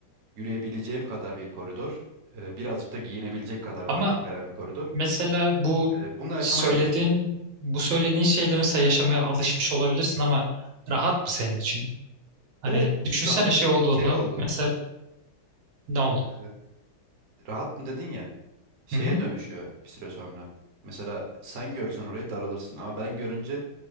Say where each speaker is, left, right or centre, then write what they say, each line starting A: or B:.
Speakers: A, on the right; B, on the right.
A: Yürüyebileceğim kadar bir koridor. Ee, birazcık da giyinebilecek kadar rahatlık
B: Ama
A: veren bir koridor.
B: mesela bu
A: Ee, bununla yaşamaya
B: söylediğin
A: alıştım.
B: bu söylediğin şeyde mesela yaşamaya alışmış olabilirsin ama rahat mı senin için? Hani
A: Ve
B: düşünsene
A: rahat
B: şey olduğunu
A: şey oldu.
B: mesela Ne oldu?
A: Ee, rahat mı dedin ya? şeye
B: Hı hı.
A: dönüşüyor bir süre sonra. Mesela sen görsen orayı daralırsın ama ben görünce